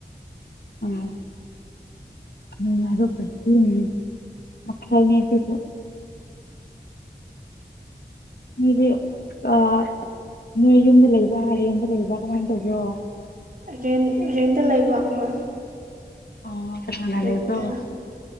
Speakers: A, on the left; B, on the right.
A: ꯎꯝ ꯅꯨꯡꯉꯥꯏꯕ ꯄꯨꯟꯁꯤꯅꯤ ꯃꯈꯥꯜꯅꯤ ꯑꯁꯤꯁꯨ ꯅꯣꯏꯗꯤ ꯑ ꯅꯣꯏ ꯌꯨꯝꯗ ꯂꯩꯕ꯭ꯔꯥ ꯔꯦꯟꯗ ꯂꯩꯕ꯭ꯔꯥ ꯀꯃꯥꯏꯅ ꯇꯧꯕ꯭ꯔꯣ
B: ꯔꯦꯟ ꯔꯦꯟꯗ ꯂꯩꯕ ꯍꯣꯏ
A: ꯑꯣ ꯀꯟꯅꯥ ꯀꯟꯅꯥ
B: ꯔꯦꯟꯗ
A: ꯂꯩꯕꯔꯣ